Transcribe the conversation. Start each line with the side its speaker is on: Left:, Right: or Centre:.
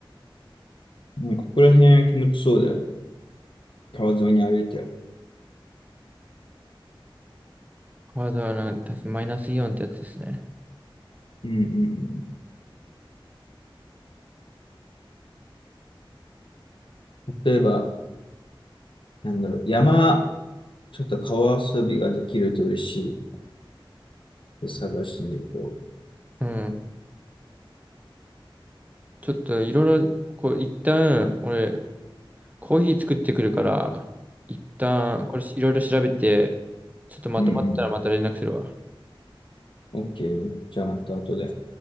Left: もうここら辺気持ちそうだよね。川沿いに歩いて。
Right: ハードはな、確かマイナスイオンってやつですね。
Left: うんうんうん。例えば、なんだろう、山、ちょっと川遊びができると嬉しい。探してみると。
Right: うん。ちょっといろいろ、こう、一旦、俺、コーヒー作ってくるから、一旦、これいろいろ調べて、ちょっとまとまったらまた連絡するわ。
Left: うんうん。OK。じゃあ、また後で。